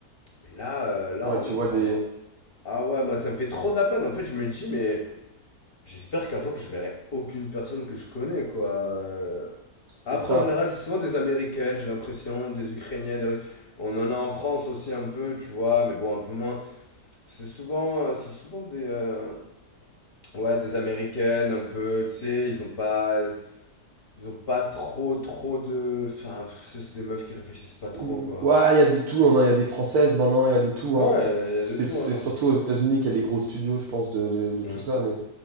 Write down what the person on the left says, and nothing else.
Mais là, euh, là,
on
est
vraiment.
Ah ouais, moi, ça me fait trop de la peine. En fait, je me dis, mais. J'espère qu'un jour je verrai aucune personne que je connais, quoi. Euh,
Après,
en général, c'est souvent des Américaines, j'ai l'impression, des Ukrainiennes. des Russes. On en a en France aussi un peu, tu vois, mais bon, un peu moins. C'est souvent, euh, c'est souvent des, euh, ouais, des Américaines, un peu, tu sais, ils ont pas, ils ont pas trop, trop de, enfin, pff, c'est c'est des meufs qui réfléchissent pas trop,
quoi.
Ouais, il y a y a
de tout,
hein, non,
franchement.
Hum,